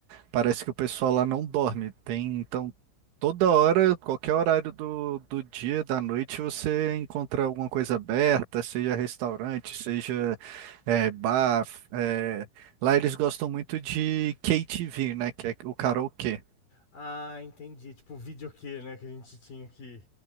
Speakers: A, on the right (about 85°); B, on the left (about 45°).
A: Parece que o pessoal lá não dorme. Tem, então, toda hora, qualquer horário do, do dia, da noite, você encontra alguma coisa aberta, seja restaurante, seja eh, bar. eh, Lá eles gostam muito de KTV, né? Que é o karaokê.
B: Ah, entendi. Tipo, o videokê, né, que a gente tinha aqui.